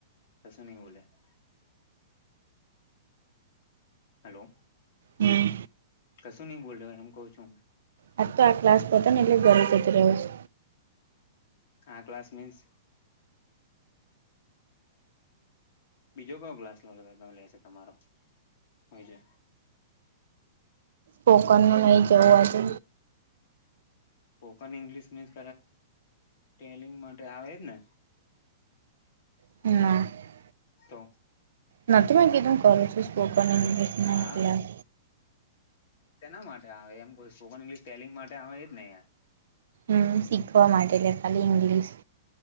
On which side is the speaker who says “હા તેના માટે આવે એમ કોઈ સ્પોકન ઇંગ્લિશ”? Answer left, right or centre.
Left